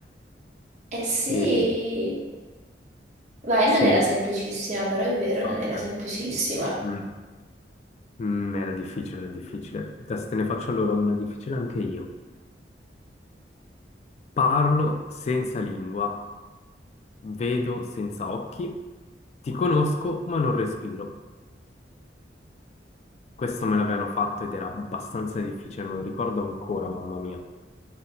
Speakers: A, on the right (about 40°); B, on the left (about 40°).
A: Eh sì,
B: Eh,
A: vai,
B: sì,
A: non era semplicissima, però è vero,
B: vabbè.
A: non era semplicissima.
B: Mm, mm, era difficile, era difficile. Adesso te ne faccio allora una difficile anche io. Parlo senza lingua Vedo senza occhi, ti conosco ma non respiro. Questo me l'avevano fatto ed era abbastanza difficile, me lo ricordo ancora, mamma mia.